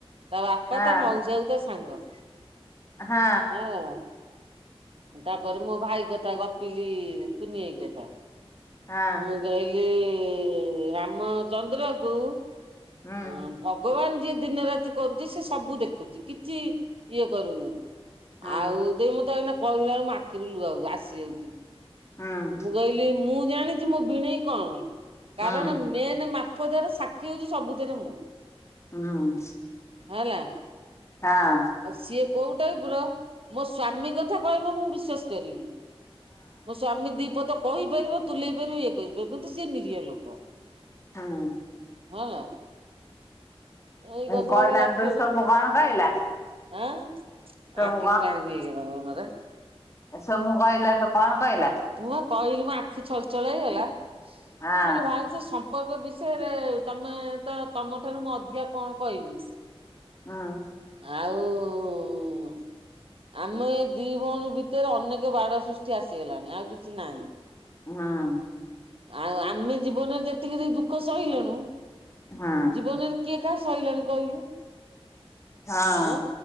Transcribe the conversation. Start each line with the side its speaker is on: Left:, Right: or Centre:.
Right: ତା ବାପା
Left: ହଁ
Right: ତା ମଉସାକୁ ତା ସାଙ୍ଗ
Left: ହଁ
Right: ହଁ। ତା ପରେ ମୋ ଭାଇ କଥା ଗପିଲି କୁନି ଭାଇ କଥା।
Left: ହଁ
Right: ମୁଁ କହିଲି ଇଁ ରାମଚନ୍ଦ୍ରକୁ
Left: ହୁଁ
Right: ଅଁ ଭଗବାନ ଯିଏ ଦିନ ରାତି କରୁଛି ସେ ସବୁ ଦେଖୁଛି। କି ଛି ଇଏ କରୁନି।
Left: ହୁଁ
Right: ଆଉ ଦେଇ ମୁଁ ତତେ ଅଇନା କହିଲା ବେଳୁକୁ ମୋ ଆଖିରୁ ଲୁହ ଆଉ ଆସିଯାଉଛି।
Left: ହୁଁ
Right: ମୁଁ କହି ଲି ମୁଁ ଜାଣିଛି ମୋ ଭିଣେଇ କଣ। କାରଣ
Left: ହୁଁ ହୁଁ
Right: ମେନ୍ ମାଫଦର ସାକ୍ଷୀ ହଉଛି ସବୁ <unintelligible> ମୁଁ।
Left: ହୁଁ।
Right: ହେଲା।
Left: ହାଁ।
Right: ଆଉ ସିଏ କୋଉ ଟାଇପର ମୋ ସ୍ଵାମୀ କଥା କହିବ ମୁଁ ବିଶ୍ଵାସ କରିବି। ମୋ ସ୍ବାମୀ ଦି ପଦ କହିପାରିବ ତୁଲେଇ ପାରିବ ଇଏ କରିପାରିବ, କିନ୍ତୁ ସିଏ ନିରୀହ ଲୋ
Left: ହଁ।
Right: ହେଲା। ଏଇ
Left: ହୁଁ
Right: କଥା
Left: କହିଲାଠୁ
Right: ସବୁ ଗପିଲି।
Left: ସୋମୁ କଣ କହିଲା
Right: ଆଁ
Left: ସୋମୁ
Right: ଆଖିରୁ ପାଣି ଭୋଇଗଲା ବା ମୋର।
Left: ଏ ସୋମୁକୁ କହିଲା ଠୁ କଣ କହିଲା?
Right: ମୁଁ ବା କହିଲି ମୋ ଆଖି ଛଳଛଳ ହେଇଗଲା। ମୁଁ
Left: ହଁ
Right: କହିଲି ଭାଇ ସେ ସମ୍ ପର୍କ ବିଷୟରେ ତମେ ତ ତମଠାରୁ ମୁଁ ଅଧିକା କଣ କହିବି।
Left: ହଁ।
Right: ଆଉ ଆମ ଏଇ ଦି ଭଉଣୀ ଭିତେରେ ଅନେକ ବାଡ ସୃଷ୍ଟି ଆସିଗଲାଣି ଆଉ କିଛି ନାହିଁ।
Left: ହଁ।
Right: ଆଉ ଆମେ ଜୀବନରେ ଯେତିକି ଯେତିକି ଦୁଃଖ ସହିଲେଣୁ
Left: ହଁ
Right: ଜୀବନରେ କିଏ କାହାର ସହିଲାଣି କହିଲୁ?
Left: ହଁ
Right: ଅଁ।